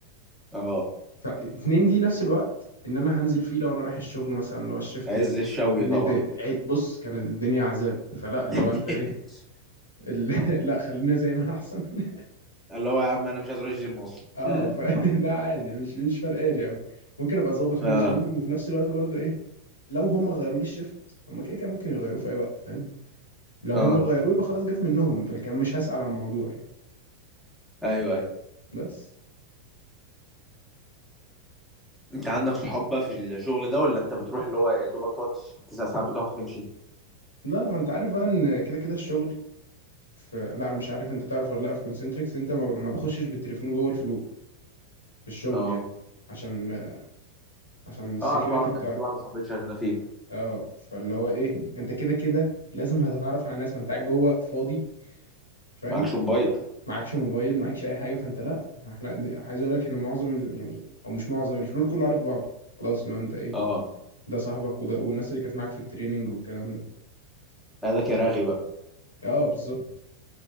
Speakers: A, in the centre; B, on the left.
A: اه
B: فاتنين دي نفس الوقت ان انا هنزل فيه لو انا رايح الشغل مثلا اللي هو الشيفت
A: عز
B: ال-
A: الشوي
B: الميداي
A: طبعا
B: عي- بص كانت الدنيا عذاب فلا اللي
A: <laughs>
B: هو انت ايه ال... <laughs> لا خلينا زي ما انا احسن <laughs>
A: اللي هو يا عم انا مش عايز اروح الجيم اصلا
B: اه
A: <laughs>
B: ف... <laughs> لا عادي مش مش فارقالي قوي ممكن ابقى اظبط حوار
A: اه
B: الجيم وفي نفس الوقت برضه ايه لو هم غيروا لي الشيفت هم كده كده ممكن يغيروه في اي وقت فاهم لو
A: اه
B: هم غيروه يبقى خلاص جت منهم فانا كان مش هسأل عن الموضوع يعني
A: ايوه ايوه
B: بس
A: انت عندك صحاب بقى في الشغل ده ولا انت بتروح اللي هو يا دوبك تقعد تسع ساعات بتوعك وتمشي
B: لا ما انت عارف بقى ان كده كده الشغل في لا انا مش عارف انت تعرف ولا لا في كونسنتريكس انت ما ما بخشش بالتليفون جوه الفلور في الشغل
A: اه
B: يعني عشان عشان السكيورتي
A: اعرف اعرف
B: بتاعتي
A: كان في واحده صاحبتي شغاله فيه
B: اه فاللي هو ايه انت كده كده لازم هتتعرف على ناس ما انت قاعد جوه فاضي فاهم
A: معكش موبايل
B: معكش موبايل معكش اي حاجه فانت لا احنا عايز اقول لك ان معظم ال... يعني او مش معظم الفلور كله عارف بعضه خلاص لو انت ايه
A: اه
B: ده صاحبك وده والناس اللي كانت معاك في التريننج والكلام ده
A: هذاك يا راغي بقى
B: اه بالظبط